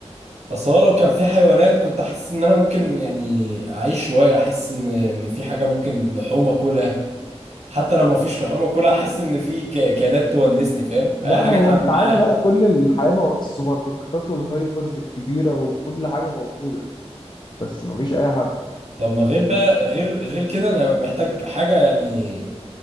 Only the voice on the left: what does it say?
لا
ما هو
انت عادي
بقى كل الحياة مو... السوبر ماركتات والهايبرز الكبيرة وكل حاجة موجودة بس ما فيش اي حد